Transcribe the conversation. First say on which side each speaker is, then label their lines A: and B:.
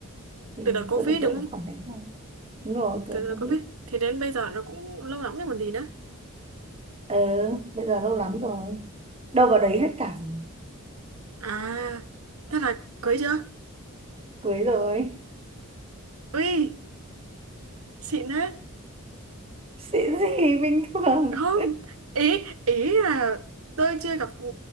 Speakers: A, on the right; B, on the right.
A: thì
B: từ đợt covid
A: tôi ấn tượng
B: đúng không
A: ở khoản đấy thôi đúng rồi tôi
B: từ đợt
A: không
B: covid
A: biết
B: thì đến bây giờ nó cũng lâu lắm rồi còn gì nữa
A: ờ bây giờ lâu lắm rồi đâu vào đấy hết cả rồi
B: à thế là cưới chưa
A: cưới rồi
B: ui xịn đấy
A: xịn gì bình thường
B: không ý ý là tôi chưa gặp ừ,